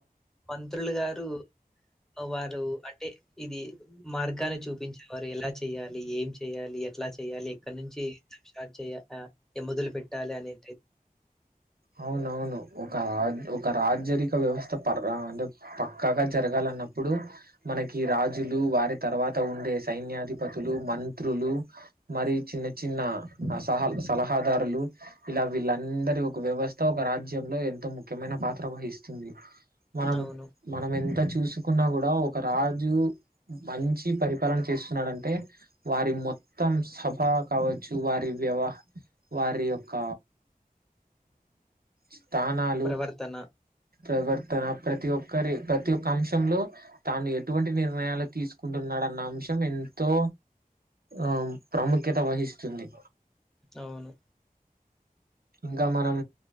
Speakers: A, in the centre; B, on the right (about 75°).
A: మంత్రులు గారు వారు అంటే ఇది మార్గాన్ని చూపించేవారు ఎలా చెయ్యాలి ఏం చెయ్యాలి. ఎట్లా చెయాలి ఎక్కడ నుంచి స్టార్ట్ చే ఎక్కడ నుంచి మొదలు పెట్టాలి అనే
B: అవునవును, ఒక ఒక రాజరిక వ్యవస్థ పర్ అంటే పక్కగా జరగాలంటే అప్పుడు మనకి రాజులు వారి తర్వాత ఉండే సైన్యాధిపతులు, మంత్రులు మరి చిన్న చిన్న అ సహ సలహాదారులు ఇలా వీళ్ళందరి ఒక వ్యవస్థ ఒక రాజ్యంలో ఎంతో ముఖ్యమైన పాత్ర వహిస్తుంది. మనం
A: అవును.
B: మనం ఎ అంత చూసుకున్నా కూడా, ఒక రాజు మంచి పరిపాలన చేస్తున్నాడంటే వారి మొత్తం సభ కావచ్చు వారి వ్యవ వారి యొక్క స్థానాలు
A: ప్రవర్తన.
B: ప్రవర్తన ప్రతి ఒక్క ఒకరి ప్రతి ఒక్క అంశంలో తాను ఎటువంటి నిర్ణయాలు తీసుకుంటున్నాడన్న అంశం ఎంతో ఆ ప్రాముఖ్యత వహిస్తుంది.
A: అవును
B: మ్ మనం